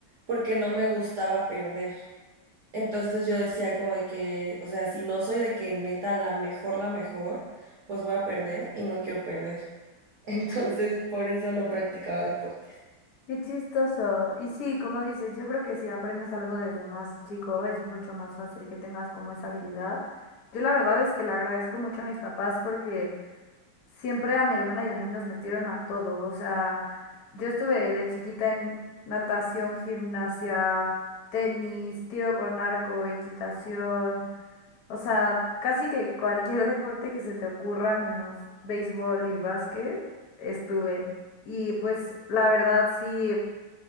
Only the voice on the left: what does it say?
Qué chistoso. Y sí, como dices, yo creo que si aprendes algo desde más chico es mucho más fácil que tengas como esa habilidad. Yo la verdad es que le agradezco mucho a mis papás porque Siempre a mi hermana y a mí nos metieron a todo. O sea, yo estuve de chiquita en natación, gimnasia, tenis, tiro con arco, equitación. O sea, casi que cualquier <laughs> deporte que se te ocurra, menos béisbol y básquet, estuve. Y pues la verdad sí